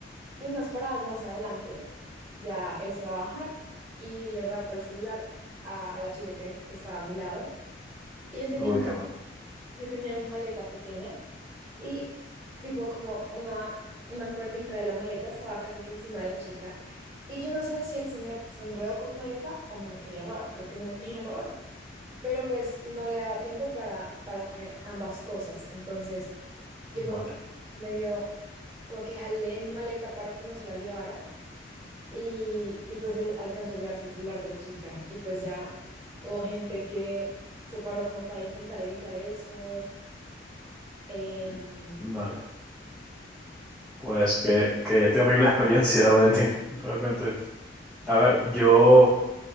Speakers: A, on the right (about 15°); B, in the centre.
A: y unas paradas más adelante, ya él se va a bajar y le rapa el celular a la chica que, que estaba a mi lado, y yo tenía
B: Uy,
A: mi,
B: qué mal.
A: yo tenía mi maleta pequeña Y tipo como una, una cuerdita de la maleta estaba casi que encima de la chica. Y yo no sé si el señor se enredó con mi maleta o me la quería robar. Creo que me la quería robar. Pero pues no le daba tiempo para, para coger ambas cosas. Entonces yo como
B: Vale,
A: que medio, como que jalé mi maleta para que no se la llevara. Y, y pues él alcanzó a llevarse el celular de la chica. Y pues ya hubo gente que se paró como para intentar evitar eso. em,
B: vale. Pues qué, qué terrible experiencia, Valentín. <laughs> Realmente. A ver, yo,